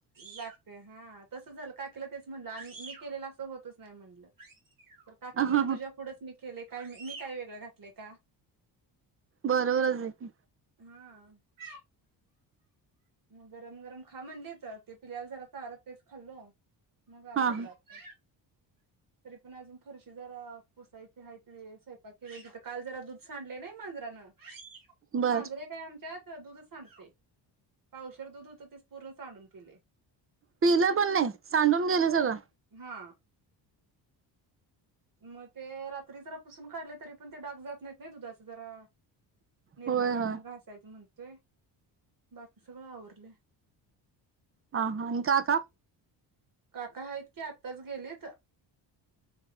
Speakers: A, on the right; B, on the right.
A: लागते हां तसंच झालं काकीला तेच म्हणलं अम्म मी केलेलं असं होतंच नाही म्हणलं. तर काकी म्हणाली
B: हा हा
A: तुझ्या पुढच मी केलंय काय मी काय वेगळं घातलंय का?
B: बरोबरच आहे की
A: हां <unintelligible> मग गरम गरम खा म्हणलीत. तर ते पिल्ल्याला जरा चारत तेच खाल्लो. मग आवरलं
B: हा हा.
A: आपलं. तरी पण अजून फरशी जरा पुसायची हाय ती स्वयंपाक केलेलं तिथं काल जरा दूध सांडलंय नाय मांजरानं. ते
B: बर
A: मांजर एक आहे आमच्यात ते दुध सांडतंय पावशर दूध होतं तेच पूर्ण सांडून केलय.
B: पिले पण नाही सांडून गय सगळं
A: हा मग ते रात्री जरा पुसून काढले तरी पण ते डाग जात नाहीत नाही दुधाच जरा निरमा
B: होय
A: टाकून
B: होय.
A: घासायचं म्हणतोय बाकी सगळं आवरलय.
B: हां हां. आणि काका?
A: काका हायत कि आत्ताच गेलीत